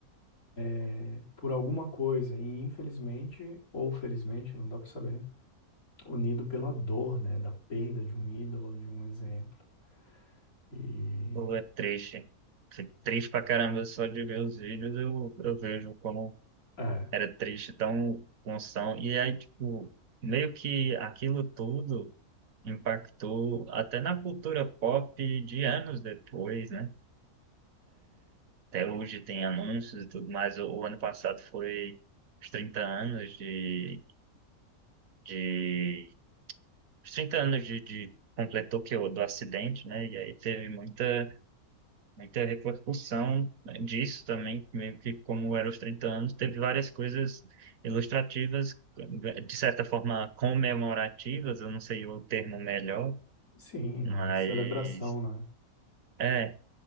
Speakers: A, on the left (about 70°); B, on the right (about 65°).
A: eh, por alguma coisa, e infelizmente, ou felizmente, não dá pra saber, unido pela dor, né, da perda de um ídolo, de um exemplo. E
B: Pô, é triste. Fico triste pra caramba só de ver os vídeos. Eu, eu vejo como
A: é,
B: era triste, tão função. E aí, tipo, meio que aquilo tudo impactou até na cultura pop de anos depois, né? Até hoje tem anúncios e tudo mais. O, o ano passado foi os 30 anos de, de, os 30 anos de, de completou que o do acidente, né? E aí teve muita Aí Teve a repercussão né, disso também, meio que como era os 30 anos, teve várias coisas ilustrativas, de certa forma comemorativas, eu não sei o termo melhor,
A: sim,
B: mas
A: celebração, né?
B: é,